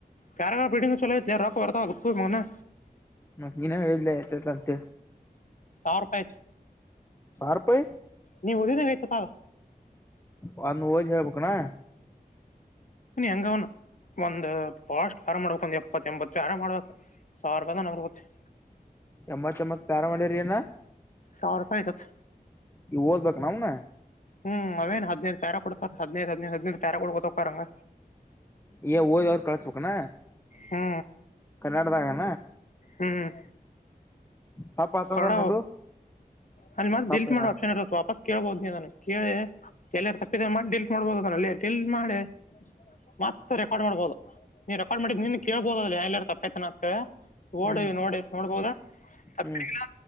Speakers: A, on the left; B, on the left.
A: ಕ್ಯಾರ ಬೇಟಿಂಗು ಚಲೋ ರೊಕ್ಕ ವರೂಣೆ
B: ಮತ್ತ ನೀನ ಹೇಳಿಲ್ಲ ಆತ ಅಂತ
A: ಸಾವಿರ ರೂಪಾಯಿ ಐತಿ
B: ಸಾರಪಾಯಿ
A: ನೀವು ಉದಿದಾಗೈತ ಪಾವ
B: ವಲ ಹೋಗಿ ಹೇಳಬೇಕ ಏನ
A: ನೀ ಹೆಂಗ ಅವನು ಒಂದ್ ಬಹಷ್ಟ ವ್ಯಾರ ಮಾಡ್ಬೇಕು ಒಂದ್ ಎಪ್ಪತ್ತ ಎಂಬತ್ತು ಯಾರ ಮಾಡ್ಬೇಕಕ್ ಸಾವಿರನತ್ತ <inaudible>
B: ಎಮ್ಮತ್ ಎಮ್ಮತ್ ಪ್ಯಾರ ಮಂಡರಿ ಏನ
A: ಸಾರುಪಯಿ ದೆಪ್
B: ಈ ಓದ್ಬೇಕ ನೌನ
A: ಹ್ಮ್ ಅವೇನ್ ಹದ್ದು ತರ ಕೊಡ್ತಾರ ಹದಿನೈದು ಹದಿನೈದು ಹದ್ದು ತರ ಕೊಡ್ಕೊತ್ತಕ್ಕರಂಗ
B: ಏ ಓದ ಅವ್ರು ಕ್ಾಸ್ ಬಕ್ಕಣ
A: ಹಾ
B: ಕನ್ನಡದಾಗಣ
A: ಹ್ಮ್
B: ತಪ್ಪತಂದಾರ
A: ಕನ್ನಡ
B: ನೋಡು
A: ಅಲ್ಲಿ ಮತ್ತತ್
B: ತಪ್ಪೇನ
A: ಡಿಲ್ಟ್ ಮಾಡೋ ಆಪ್ಷನ್ ಇರುತ್ತೆ ವಾಪಸ್ ಕೇಳಬಹೋ ನೀನ ಕೇಳಿ ಎಲ್ಲಾರ ತಪ್ಪಿದ ಮತ್ತತ್ ಡಿಲ್ಟ್ ಮಾಡ್ಬೋದುದ ಅಲ್ಲಿ ಎಲ್ ಮಾಡೆ ಮತ್ತೆ ರೆಕಾರ್ಡ್ ಮಾಡ್ಬೋದು ನೀನ್ ರೆಕಾರ್ಡ್ ಮಾಡಕ್ ನಿನ್ ಕೇಳಬೋದಿಲ್ಲಲ್ಲ ಎಲ್ಲಾರ ತಪ್ಪ ಕನ ಆಕ್ತವೆ ಓಡವಿ
B: ಹ್ಮ್
A: ನೋಡಿ ನೋಡ್ಬೋದಾ ಅಡೆಲ್ಲ
B: ಹ್ಮ್